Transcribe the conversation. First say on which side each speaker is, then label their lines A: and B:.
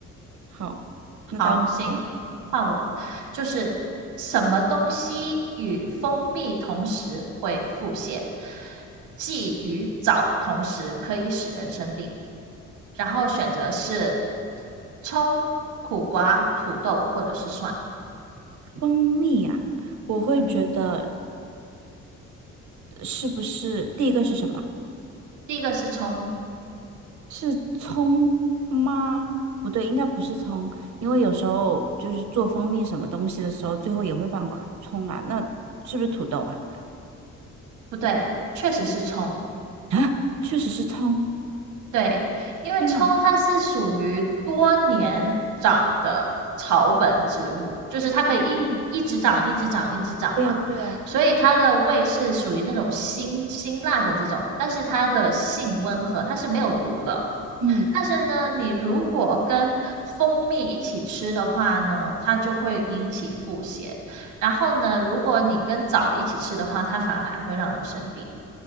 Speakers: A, on the right; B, on the right.
A: 好，那到你喽。
B: 好，行，换我，就是什么东西与蜂蜜同时会腹泻，忌与枣同时可以使人生病。然后选择是葱、苦瓜、土豆或者是蒜。
A: 蜂蜜啊，我会觉得
B: 嗯，
A: 是不是第一个是什么？
B: 第一个是葱，
A: 是葱吗？不对，应该不是葱，因为有时候就是做蜂蜜什么东西的时候，最后也会放葱葱啊。那是不是土豆啊？
B: 不对，确实是葱。
A: 啊，确实是葱。
B: 对，因为葱它是属于多年长的草本植物，
A: 天呐！
B: 就是它可以一一直长、
A: 哦，
B: 一直长、一直长嘛，
A: 对啊，对啊，
B: 所以它的味是属于那种辛辛辣的这种，但是它的性温和，它是没有毒的。
A: 嗯，
B: 但是呢，你如果跟蜂蜜一起吃的话呢，它就会引起腹泻。然后呢，如果你跟枣一起吃的话，它反而还会让人生病。